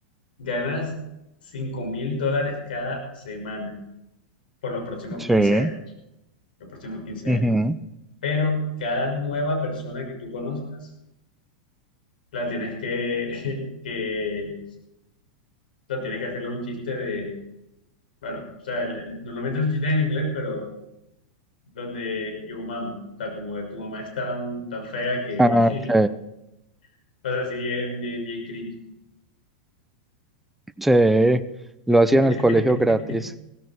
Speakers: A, on the left; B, in the centre.
A: ganas cinco mil dólares cada semana por los próximos
B: sí,
A: 15 años, los próximos quince
B: ujú,
A: años. Pero cada nueva persona que tú conozcas, la tienes que, <laughs> que, la tienes que hacerle un chiste de, bueno, o sea, el- el- normalmente los chistes en inglés, pero los de yo mama, o sea, como de tu mamá es tan, tan fea que,
B: ah, ok,
A: <laughs> o sea, sí, bien, bien, bien cringe.
B: sí, lo hacía
A: <laughs>
B: en el colegio gratis,